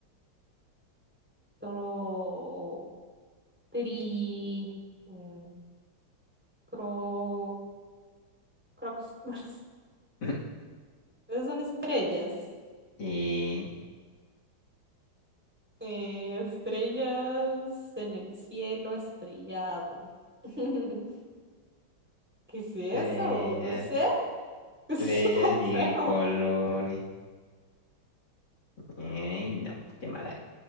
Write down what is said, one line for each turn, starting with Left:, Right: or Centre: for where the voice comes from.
Centre: toro, tri, mm, cro, crocs. <laughs>
Left: <laughs>
Centre: Esas son estrellas.
Left: Y
Centre: eh, estrellas en el cielo estrellado. <laughs> ¿Qué es eso?
Left: estrellas,
Centre: No sé. <laughs> ¿Qué
Left: estrellas
Centre: es eso tan
Left: y
Centre: feo?
Left: colores. Ay, no, qué mala.